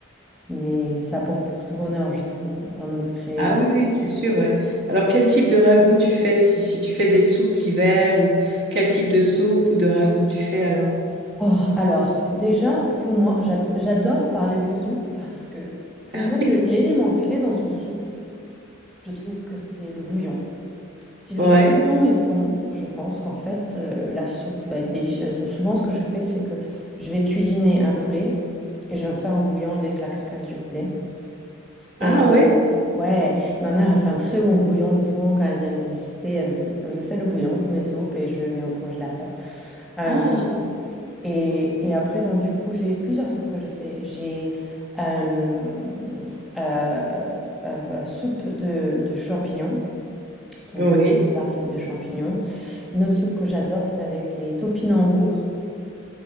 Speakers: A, in the centre; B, on the right (about 55°).
A: mais ça apporte beaucoup de bonheur, je trouve, vraiment de créer.
B: Ah oui, oui, c'est sûr. Ouais. Alors, quel type de ragoût tu fais? Si, si tu fais des soupes l'hiver ou quel type de soupe ou de ragoût tu fais alors?
A: Oh, alors, déjà, pour moi, j'ad- j'adore parler des soupes parce que, pour
B: <laughs>
A: moi, le- l'élément clé dans une soupe, je trouve que c'est le bouillon. Si le
B: Ouais.
A: bouillon est bon, je pense qu'en fait, euh, la soupe va être délicieuse. Donc souvent, ce que je fais, c'est que je vais cuisiner un poulet et je vais faire un bouillon avec la carcasse du poulet.
B: Ah
A: Et
B: ouais.
A: ouais, ma mère a fait un très bon bouillon. Donc souvent, quand elle vient me visiter, elle me fait, elle me fait le bouillon pour mes soupes et je le mets au congélateur. Euh,
B: Ah
A: et, et après, donc du coup, j'ai plusieurs soupes que je fais. J'ai euh, euh, euh, soupe de, de champignons, donc
B: oui.
A: variété de champignons. Une autre soupe que j'adore, c'est avec les topinambours.